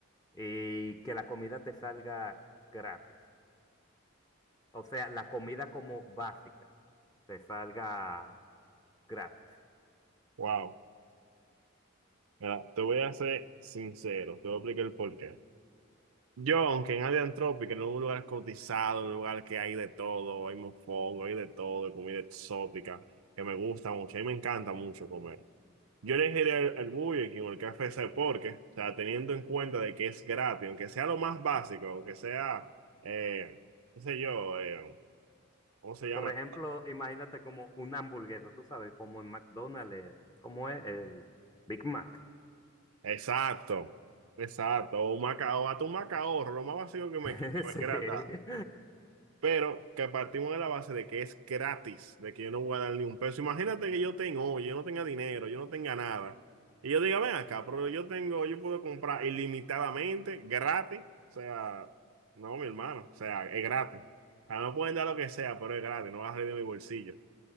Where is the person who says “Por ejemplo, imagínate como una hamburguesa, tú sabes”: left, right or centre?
Left